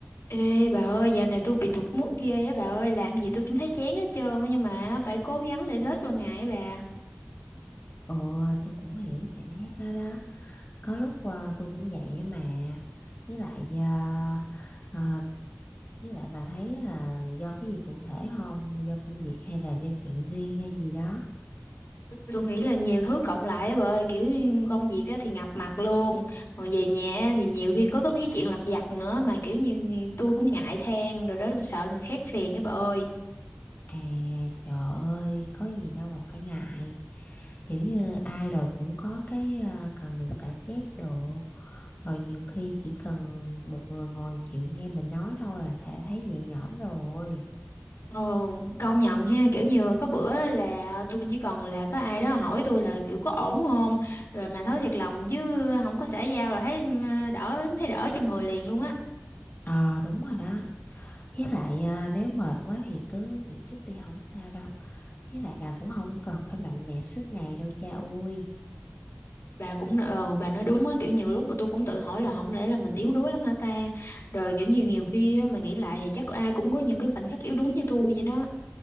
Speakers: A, on the left (about 90°); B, on the left (about 45°).
A: Ê bà ơi, dạo này tôi bị tụt mood ghê á bà ơi, làm gì tôi cũng thấy chán hết trơn á nhưng mà phải cố gắng để lết qua ngày á bà.
B: Ừ, tôi cũng hiểu cảm giác đó đó. Có lúc ờ, tôi cũng vậy á mà. Với lại ờ, ờ, với lại bà thấy là do cái gì cụ thể không? Do công việc hay là do chuyện riêng hay gì đó?
A: Tôi nghĩ là nhiều thứ cộng lại á bà ơi, kiểu như công việc á thì ngập mặt luôn, còn về nhà á thì nhiều khi có có mấy cái chuyện lặt vặt nữa mà kiểu như tôi cũng ngại than rồi đó tôi sợ người khác phiền á bà ơi.
B: À trời ơi, có gì đâu mà phải ngại. Kiểu như ai rồi cũng có cái ờ, cần được xả stress đồ. Rồi nhiều khi chỉ cần một người ngồi chịu nghe mình nói thôi là thể thấy nhẹ nhõm rồi.
A: Ồ, công nhận nha, kiểu như có bữa là tôi chỉ cần là có ai đó hỏi tôi là kiểu có ổn không, rồi mà nói thiệt lòng chứ không có xã giao là thấy ừ, đỡ thấy đỡ trong người liền luôn á.
B: Ờ đúng rồi đó. Với lại à, nếu mệt quá thì cứ nghỉ chút đi không sao đâu. Với lại bà cũng không cần phải mạnh mẽ suốt ngày đâu cha ơi.
A: bà cũng ờ, bà nói đúng á kiểu nhiều lúc mà tôi cũng tự hỏi là không lẽ là mình yếu đuối lắm hả ta rồi kiểu nhiều nhiều khi á, mà nghĩ lại thì chắc ai cũng có những cái khoảnh khắc yếu đuối như tôi vậy đó